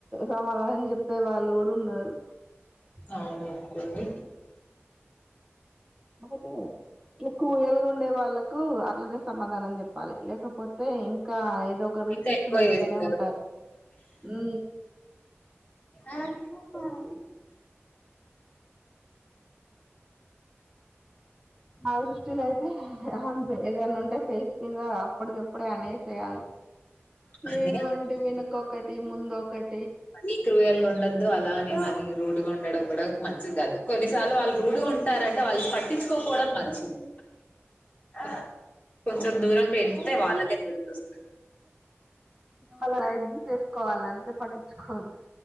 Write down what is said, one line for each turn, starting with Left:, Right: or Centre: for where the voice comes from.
Right: సమాధానం చెప్పే వాళ్ళు కూడా ఉన్నారు
Left: అవును అనుకోండి
Right: <unintelligible> ఇ క్రూయల్ గా ఉండే వాళ్ళకు అట్లానే సమాధానం చెప్పాలి లేకపోతే ఇంకా ఇకా ఏదో ఒక రిస్ట్రిక్షన్
Left: ఇంకా ఎక్కువ
Right: పెడతనే
Left: జేస్తారు.
Right: ఉంటారు ఉ
Left: ఆ ర్
Right: నా దృష్టిలో అయితే అంతే ఎదన్నా ఉంటే ఫేస్ మీద అప్పటిప్పుడే అనేసేయాలి
Left: అన్నీ
Right: లేదు అంటే వెనుక ఒకటి ముందు ఒకటి
Left: మళ్ళీ క్రూయల్గా ఉండదు అలా ని రూడ్ ఉండడం కూడా మంచిది కాదు కొన్నిసార్లు వాళ్ళు రూడు గా ఉంటారంటే వాళ్ళు పట్టించుకోపోవడం మంచిది అ కొంచెం దూరం పెడితే వాళ్ళకే తేలుస్తుంది
Right: వాళ్ళని లైట్ తీసేసుకోవాలి అంతే పట్టించుకోవద్దు